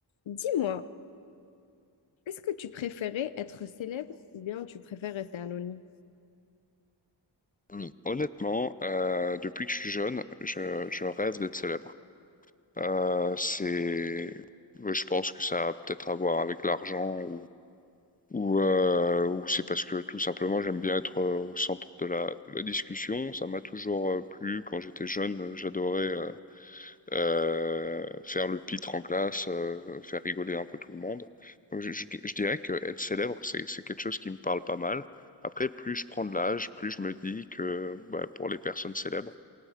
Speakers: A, on the left; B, on the left.
A: Dis-moi, est-ce que tu préférais être célèbre ou bien tu préfères rester anonyme?
B: Hmm. Honnêtement, euh, depuis que je suis jeune, je, je rêve d'être célèbre. Euh, c'est, ouais, je pense que ça a peut-être à voir avec l'argent ou, ou, euh, ou c'est parce que tout simplement j'aime bien être euh, au centre de la, de la discussion. Ça m'a toujours euh, plu. Quand j'étais jeune, euh, j'adorais euh, euh, faire le pitre en classe, euh, faire rigoler un peu tout le monde. Donc, je, je- je dirais que être célèbre, c'est, c'est quelque chose qui me parle pas mal. Après, plus je prends de l'âge, plus je me dis que bah, pour les personnes célèbres